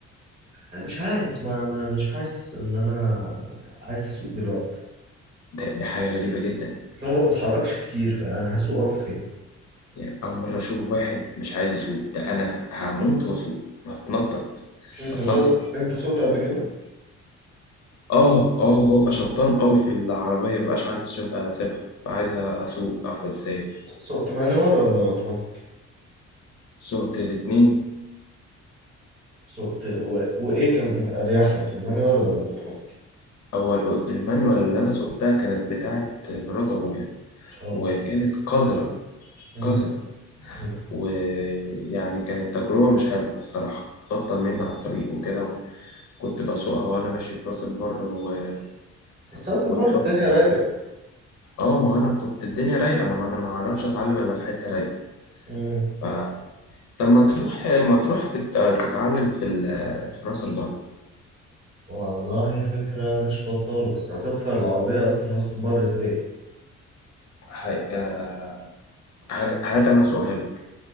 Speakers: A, on the right; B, on the left.
A: أنا مش عارف ما, ما مش حاسس ان انا عايز اسوق دلوقتي
B: ده ده حاجة غريبة جدا
A: بس انا ما بتحركش كتير فانا هسوق اروح فين
B: يعني أول مرة أشوف واحد مش عايز يسوق ده أنا هموت وأسوق بتنطط
A: انت
B: بتنطط
A: سوقت انت سوقت قبل كده
B: اه اه ببقى شبطان قوي في العربية مبقاش عايز أسيب- اسيبها ببقى عايز اسوق افضل سايق
A: سوقت مانوال ولا اوتوماتيك
B: سوقت الاتنين
A: سوقت و... وايه كان اريح لك المانوال ولا الاوتوماتيك
B: اول المانيوال اللي انا سوقتها كانت بتاعة مرات ابويا
A: اه
B: وكانت قذرة
A: مم.
B: قذرة
A: مم.
B: ويعني كانت تجربة مش حلوة الصراحة بطل مني على الطريق وكده كنت بسوقها وانا ماشي في راس البر و...
A: بس هصبر
B: واتبطل
A: الدنيا رايقة
B: اه ما هو انا كنت الدنيا رايقة ما هو انا ما اعرفش اتعلم الا في حتة رايقة
A: مم.
B: ف طب ما تروح ما تروح تبقى تتعلم في ال... في راس البر
A: والله فكرة مش بطالة بس هصفر العربية أصلا هصبر إزاي؟
B: ه- آه، ه- هات انا سؤالك